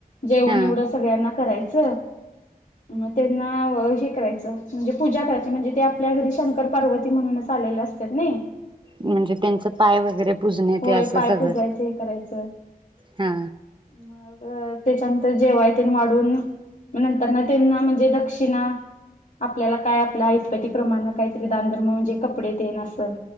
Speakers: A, on the left; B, on the right.
A: जेवण
B: हा
A: एवढं सगळ्यांना करायच म त्यांना हे करायचं म्हणजे पूजा करायची म्हणजे ते आपल्या घरी शंकर पार्वती म्हणूनच आलेले असत नाई
B: म्हणजे त्यांचं पाय वगैरे पुजणे
A: होय
B: ते असं
A: पाय
B: सगळं
A: पुजायचं हे करायचं
B: हा
A: मग त्याच्यानंतर जेवाय तेन वाढून म नंतर ना त्यांना म्हणजे दक्षिणा आपल्याला काय आपल्या ऐतपतिक प्रमाण काहीतरी दानधर्म म्हणजे कपडे तेन असं